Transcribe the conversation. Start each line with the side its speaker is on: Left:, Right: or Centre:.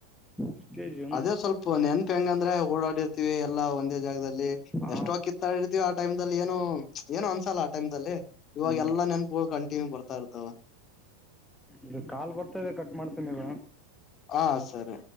Centre: ಇಷ್ಟೇ ಜೀವನ
Left: ಅದೇ ಸ್ವಲ್ಪ ನೆನ್ಪು ಹೆಂಗ ಅಂದ್ರೆ ಓಡಾಡಿರ್ತಿೀವಿ ಎಲ್ಲಾ ಒಂದೇ ಜಾಗದ ಇಲ್ಲಿ
Centre: ಆ,
Left: ಎಷ್ಟೋ ಕಿತ್ತಾಡಿರ್ತೀವಿ ಆ ಟೈಮ್ಲ್ಲಿ ಏನು ಏನು ಅನ್ಸಲ್ಲ ಆ ಟೈಮ್ ಅಲ್ಲಿ ಇವಾಗ
Centre: ಹ್ಮ್,
Left: ಎಲ್ಲಾ ನೆನ್ಪುಗಳು ಕಂಟಿನ್ಯೂ ಬರ್ತಾ ಇರ್ತಾವ
Centre: ಇ ಕಾಲ್ ಬರ್ತದೆ ಕಟ್ ಮಾಡ್ತೀನವ
Left: ಹಾ ಸರಿ